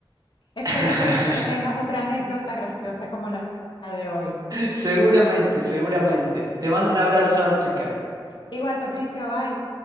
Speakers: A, on the left (about 60°); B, on the right (about 45°).
A: espero
B: <laughs>
A: que, que tengas otra anécdota graciosa como la la de hoy.
B: Seguramente, seguramente. Te mando un abrazo, África.
A: Igual, Patricio, bye.